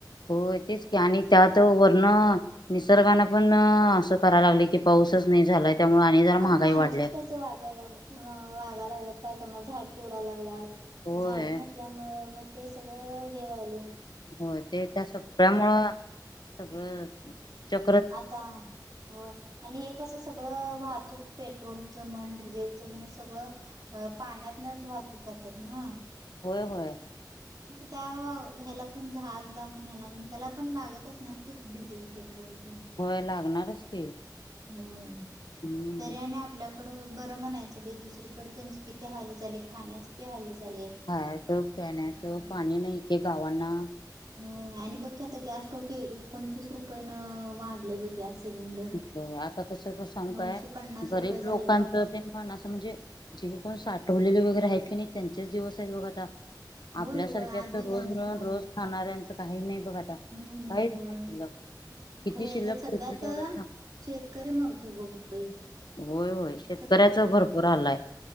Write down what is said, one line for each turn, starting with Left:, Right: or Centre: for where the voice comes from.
Left: होय तेच की आणि त्यात वर्ण <inaudible> निसर्गाने पण असं करायला लागले की पाऊसच नाही झालाय, त्यामुळे आणि
Right: <inaudible>
Left: जरा महागाई
Right: अग माणसंच
Left: वाढल्या
Right: त्यास वाजायला वागा मग वागा लागलात काय करणार झाड तोडा लागलात, <inaudible>
Left: होय
Right: झाड नसल्यामुळे मग ते सगळं हेवाले
Left: <inaudible> होय ते त्या सगळ्यामुळं <inaudible> सगळं <inaudible> च
Right: आता <inaudible> हो <inaudible> आणि हे कसं सगळं, वाहतूक पेट्रच मन डीझेलचण सगळ पाण्यातनच वाहतूक कत्यात हम्म.
Left: होय होय.
Right: <unintelligible> ह्याला पण जहाजला म्हण ह्याला म्हण त्याला पण लागत असणार की डिझेल पेट्रोल तेन
Left: होय लागणारच की
Right: <unintelligible>
Left: हम्म
Right: तरी आणि आपल्या कड बरं म्हणायचं बाई दुसरीकडं तेन किती हाल झालंय खाण्याचं बी हाल झाले.
Left: खायचं पिण्याचं
Right: हम्म.
Left: पाणी नाही एकेक गावांना.
Right: होय आणि बघ की आता गॅस टॉकी एकोणतीस रुपयेनं वाढलंय बघ गॅस सिलेंडर.
Left: <unintelligible> <unintelligible> कसं क सांगू
Right: नऊशे
Left: काय?
Right: पन्नास
Left: गरीब
Right: रुपये झाले
Left: लोकांच
Right: बघ.
Left: तेन म्हण असं म्हणजे पण साठवलेले वगैरे आहेत की नाही त्यांचेच दिवस आहेत बघ आता
Right: होय
Left: आपल्यासारखे
Right: होय आधी
Left: असं
Right: ज्यांचं
Left: रोज मिळवून
Right: हाय
Left: रोज खाणाऱ्यांच काही नाही बघ आता
Right: नवीन आहे
Left: काहीच
Right: होय.
Left: नाही शिल्लक किती
Right: खरं याच्यात
Left: शिल्लक
Right: सगळ्यात
Left: ठेवतील तेवढं
Right: शेतकरी मरतोय बघ बाई.
Left: होय होय शेतकऱ्याचं
Right: काय नाही
Left: भरपूर
Right: बाई.
Left: हाल आहे.